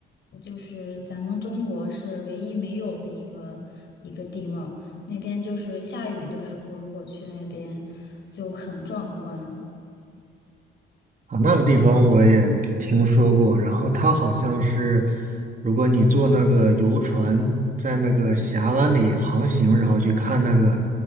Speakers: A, on the left; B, on the right.
A: 就是咱们中国是唯一没有的一个一个地貌，那边就是下雨的时候，如果去那边就很壮观。
B: 啊，那个地方我也听说过，然后它好像是，如果你坐那个游船在那个峡湾里航行，然后去看那个